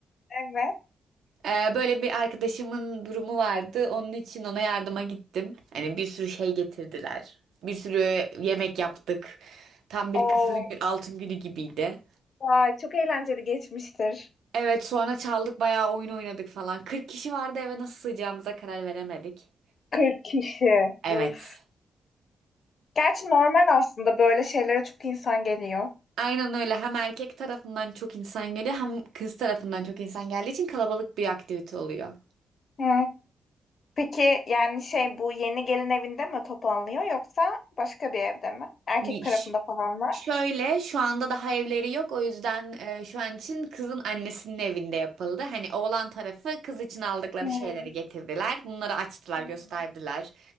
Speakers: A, on the left (about 45°); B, on the right (about 80°).
A: Evet.
B: Ee, böyle bir arkadaşımın durumu vardı. Onun için ona yardıma gittim. Hani bir sürü şey getirdiler. Bir sürü yemek yaptık. Tam bir
A: Oo,
B: kısır gü- altın günü gibiydi.
A: vay, çok eğlenceli geçmiştir.
B: Evet sonra çaldık bayağı oyun oynadık falan. 40 kişi vardı eve nasıl sığacağımıza karar veremedik.
A: 40 kişi.
B: Evet.
A: Uf. Gerçi normal aslında böyle şeylere çok insan geliyor.
B: Aynen öyle. Hem erkek tarafından çok insan geliyor hem kız tarafından çok insan geldiği için kalabalık bir aktivite oluyor.
A: Hı. Peki yani şey bu yeni gelin evinde mi toplanılıyor yoksa başka bir evde mi? Erkek
B: Y-
A: tarafında
B: ş-
A: falan mı?
B: Şöyle şu anda daha evleri yok o yüzden e, şu an için kızın annesinin evinde yapıldı. Hani oğlan tarafı kız için aldıkları
A: Hmm.
B: şeyleri getirdiler. Bunları açtılar,
A: Hmm.
B: gösterdiler.